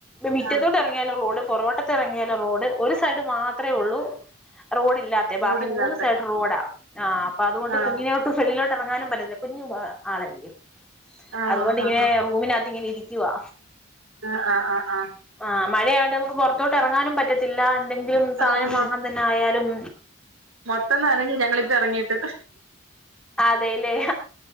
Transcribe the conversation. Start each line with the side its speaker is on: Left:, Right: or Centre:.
Centre: മിറ്റത്തോട്ട്
Right: ആഹ്
Centre: ഇറങ്ങി റോഡ് പൊറകു വട്ടത്തിറങ്ങിയാലും റോഡ് ഒരു സൈഡ് മാത്രമേ ഉള്ളൂ റോഡില്ലാത്ത മേ
Right: ചൂടില്ലാത്തെ
Centre: ബാക്കി മൂന്ന് സൈഡ് റോഡാ ആഹ് അപ്പ അതൊണ്ട്
Right: ആഹ്
Centre: കുഞ്ഞിനോട്ട് വെളിലോട്ട്റങ്ങാനും പറ്റ്ന്നില്ല കുഞ്ഞു ആണല്ലേ
Right: ആഹ്
Centre: അതുകൊണ്ട്ങ്ങനെ
Right: ആഹ് ആഹ്
Centre: റൂമിനകത്ത് ഇങ്ങനെ ഇരിക്കുവാ
Right: ആ ആ ആഹ് ആഹ്
Centre: ആഹ് മഴയായോണ്ടേ നമുക്ക് പുറത്തോട്ട് ഇറങ്ങാനും പറ്റത്തില്ല എന്തെങ്കിലും സാധനം
Right: ആഹ്
Centre: വാങ്ങാൻ തന്നെ ആയാലും
Right: മൊത്തം നനഞ്ഞു ഞങ്ങളിപ്പ എറങ്ങീട്ട്
Centre: അതേലെ